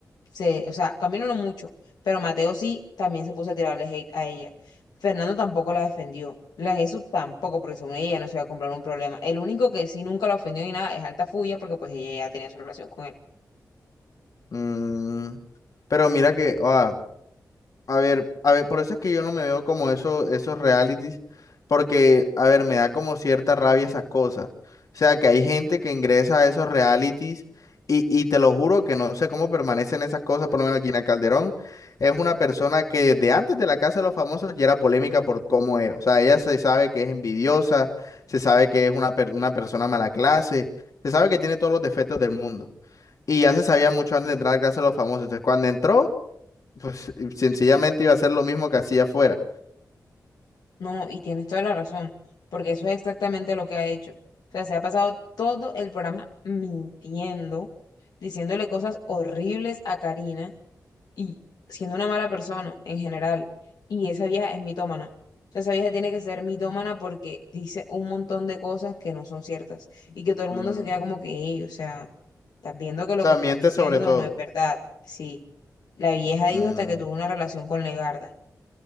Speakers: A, on the left; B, on the left.
A: se, o sea, Camilo no mucho, pero Mateo sí también se puso a tirarle hate a ella. Fernando tampoco la defendió. La Jesús tampoco, porque según ella no se iba a comprar un problema. El único que sí nunca la ofendió ni nada es Alta Fuya, porque pues ella ya tenía su relación con él.
B: Mm, pero mira que, ah, A ver, a ver, por eso es que yo no me veo como eso, esos realities, porque, a ver, me da como cierta rabia esas cosas. O sea, que hay gente que ingresa a esos realities y, y te lo juro que no sé cómo permanecen esas cosas, por lo menos Gina Calderón es una persona que desde antes de la Casa de los Famosos ya era polémica por cómo era. O sea, ella se sabe que es envidiosa, se sabe que es una, per- una persona mala clase, se sabe que tiene todos los defectos del mundo. Y ya se sabía mucho antes de entrar a la Casa de los Famosos. Entonces, cuando entró... Pues eh, sencillamente iba a hacer lo mismo que hacía afuera.
A: No, y tienes toda la razón, porque eso es exactamente lo que ha hecho. O sea, se ha pasado todo el programa mintiendo, diciéndole cosas horribles a Karina y siendo una mala persona en general. Y esa vieja es mitómana. O sea, esa vieja tiene que ser mitómana porque dice un montón de cosas que no son ciertas y que todo el
B: Mm,
A: mundo se queda
B: O
A: como que, "Ey, o sea, estás viendo que lo
B: sea,
A: que estás
B: miente
A: diciendo
B: sobre todo.
A: no es verdad. Sí, la vieja dijo
B: Mm,
A: hasta que tuvo una relación con Legarda,